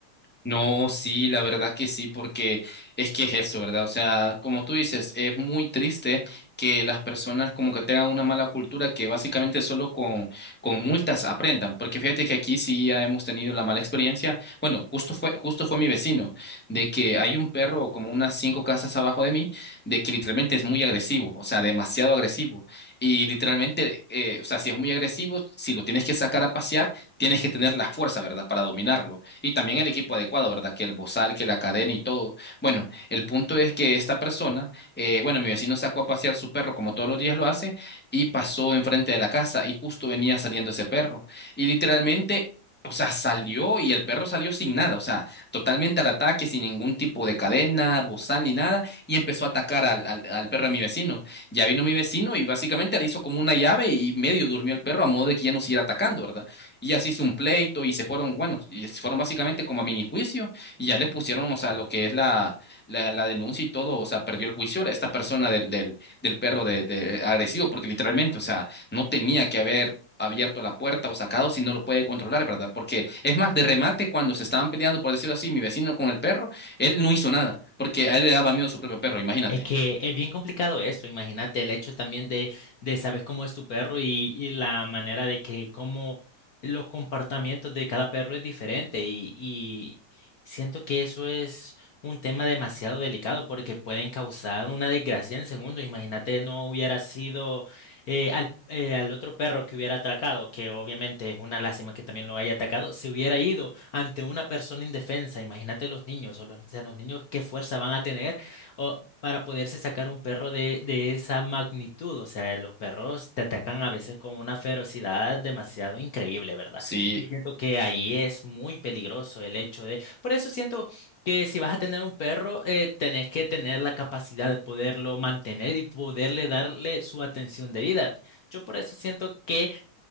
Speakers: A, in the centre; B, on the left.
A: No, sí, la verdad que sí, porque es que es eso, ¿verdad? O sea, como tú dices, es muy triste que las personas como que tengan una mala cultura que básicamente solo con, con multas aprendan, porque fíjate que aquí sí ya hemos tenido la mala experiencia. Bueno, justo fue, justo fue mi vecino, de que hay un perro como unas cinco casas abajo de mí, de que literalmente es muy agresivo, o sea, demasiado agresivo. Y literalmente, eh, o sea, si es muy agresivo, si lo tienes que sacar a pasear, tienes que tener la fuerza, ¿verdad?, para dominarlo. Y también el equipo adecuado, ¿verdad? Que el bozal, que la cadena y todo. Bueno, el punto es que esta persona, eh, bueno, mi vecino sacó a pasear su perro como todos los días lo hace y pasó enfrente de la casa y justo venía saliendo ese perro. Y literalmente... O sea, salió y el perro salió sin nada, o sea, totalmente al ataque, sin ningún tipo de cadena, bozal ni nada, y empezó a atacar al, al, al perro de mi vecino. Ya vino mi vecino y básicamente le hizo como una llave y medio durmió el perro a modo de que ya no siguiera atacando, ¿verdad? Y así hizo un pleito y se fueron, bueno, y se fueron básicamente como a mini juicio y ya le pusieron, o sea, lo que es la, la, la denuncia y todo, o sea, perdió el juicio esta persona del, del, del perro de, de agresivo, porque literalmente, o sea, no tenía que haber abierto la puerta o sacado si no lo puede controlar, ¿verdad? Porque es más, de remate, cuando se estaban peleando, por decirlo así, mi vecino con el perro, él no hizo nada, porque a él le daba miedo su propio perro, imagínate.
B: Es que es bien complicado eso, imagínate el hecho también de, de saber cómo es tu perro y, y la manera de que cómo los comportamientos de cada perro es diferente y, y siento que eso es un tema demasiado delicado porque pueden causar una desgracia en segundos. Imagínate no hubiera sido eh, al, eh, al otro perro que hubiera atracado, que obviamente es una lástima que también lo haya atacado, se hubiera ido ante una persona indefensa. Imagínate los niños o los, o sea, los niños qué fuerza van a tener. O para poderse sacar un perro de, de esa magnitud. O sea, los perros te atacan a veces con una ferocidad demasiado increíble, ¿verdad?
A: Sí,
B: Y siento que ahí es muy peligroso el hecho de... Por eso siento que si vas a tener un perro, eh, tenés que tener la capacidad de poderlo mantener y poderle darle su atención debida. Yo por eso siento que